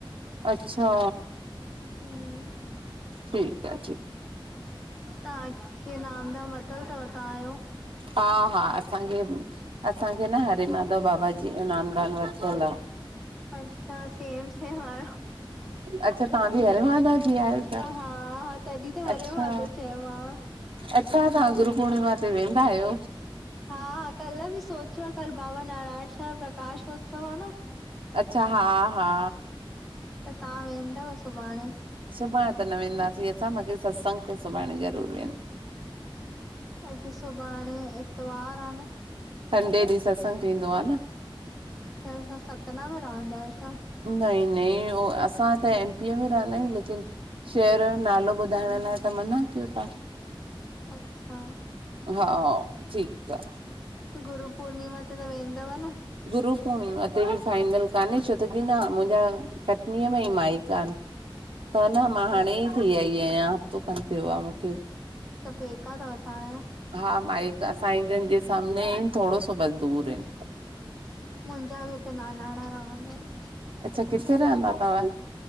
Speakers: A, on the right; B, in the centre.
A: अच्छा
B: हम
A: ठीकु आहे ठीक
B: तां कींअ, नाम धाम वरितलु थव तहांयो?
A: हा हा असांखे असांखे न हरे माधव बाबा जी जो नामदान वरितलु आ।
B: अच्छा सेम- सेम वारो।
A: अच्छा तां बि हरे माधव जी आहियो छा?
B: हा हा, तॾहिं त हरे
A: अच्छा
B: माधव चयो मांव।
A: अच्छा तां गुरु पूर्णिमा ते वेंदा आयो?
B: हाा कल्ह बि सोच्यो हो, कल बाबा नारायण साह प्रकाश उत्सव आ न।
A: अच्छा, हा- हा!
B: त तां वेंदव सुभाणे?
A: सुभाणे त न वेंदासीं असां, बाकि सत्संग त सुभाणे ज़रूरु वेंदासीं।
B: अच्छा सुभाणे इ्तवार आ न।
A: संडे ॾींहुं सत्संग थींदो आ न।
B: तां छा सतना में रहंदा आयो छा?
A: नहीं नहीं, असां त एमपी में रहंदा आयूं लेकिन शहर जो नालो ॿुधाइण लाए त मना कयो तां!
B: अच्छा
A: हा ठीकु आ
B: गुरू पूर्णिमा ते त वेंदव न?
A: गुरु पूर्णिमा ते बि फाइनल कान्हे, छो त कि न मुंजा कटनीअ में ई माइका आन, त न मां हाणे
B: अच्छा
A: ई थी आई आयां, हफ़्तो खण थियो आ मूंखे।
B: त फेका अथव तांजा?
A: हा माइका सांइ जन जे सामने, थोड़ो सो बस दूर आहिन।
B: मुंजा बि हुते नानाणा रहंदा आहिन।
A: अच्छा किथे रहंदा अथव?